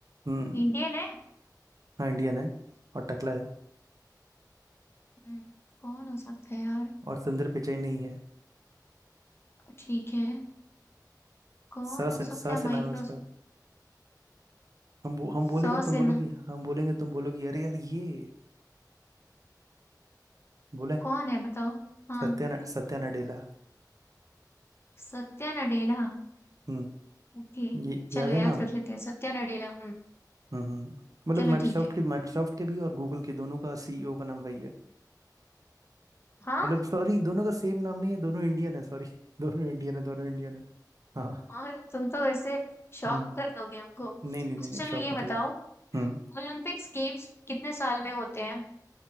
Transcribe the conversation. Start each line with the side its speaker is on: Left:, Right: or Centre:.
Right: हम्म
Left: इंडियन है
Right: हाँ इंडियन है और टकला है
Left: हम्म, कौन हो सकता है यार
Right: और सुंदर पिचाई नहीं है
Left: ठीक है कौन
Right: सा
Left: हो
Right: से
Left: सकता
Right: सा
Left: है
Right: से
Left: माइक्रोसॉफ्ट
Right: नाम है उसका हम बो, हम बोलेंगे
Left: सौ
Right: तुम
Left: सिन्हा
Right: बोलोगी हम बोलेंगे तुम बोलोगी अरे यार ये बोले
Left: कौन है बताओ हाँ
Right: सत्या न- सत्या नडेला
Left: सत्या नडेला
Right: हम्म
Left: ओके
Right: ये याद
Left: चलो
Right: है
Left: याद
Right: नाम
Left: रख लेते हैं सत्या नडेला हम्म
Right: हम्म हम्म। हम्म। मतलब
Left: चलो
Right: माइक्रोसॉफ्ट
Left: ठीक है
Right: के माइक्रोसॉफ्ट के भी और गूगल के दोनों का सीईओ का नाम वही है
Left: हाँ
Right: मतलब सॉरी दोनों का सेम नाम नहीं है दोनों इंडियन है सॉरी <laughs> दोनों इंडियन है दोनों इंडियन है हाँ
Left: और तुम तो ऐसे शॉक
Right: हम्म
Left: कर दोगे हमको अच्छा
Right: नहीं नहीं नहीं नहीं
Left: चलो
Right: शौक
Left: ये
Right: मत
Left: बताओ
Right: होइए हम्म
Left: ओलंपिक्स गेम्स कितने साल में होते हैं